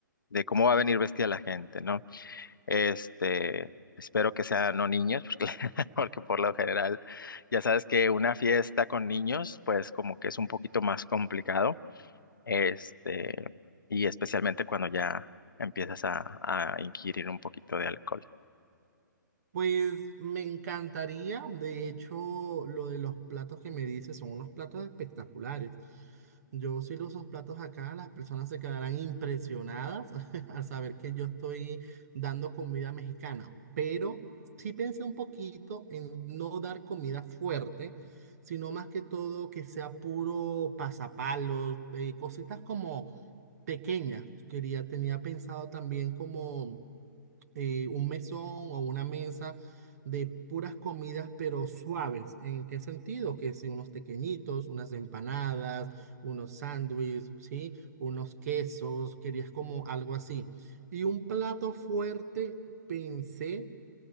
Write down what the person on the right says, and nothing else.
Pues me encantaría, de hecho, lo de los platos que me dices son unos platos espectaculares. Yo si los uso platos acá, las personas se quedarán impresionadas <laughs> al saber que yo estoy dando comida mexicana, pero sí pensé un poquito en no dar comida fuerte, sino más que todo que sea puro pasapalos, eh, cositas como pequeñas. Quería, tenía pensado también como eh, un mesón o una mesa de puras comidas, pero suaves. ¿En qué sentido? Que si unos tequeñitos, unas empanadas, unos sándwiches, ¿sí? Unos quesos, querías como algo así. Y un plato fuerte, pensé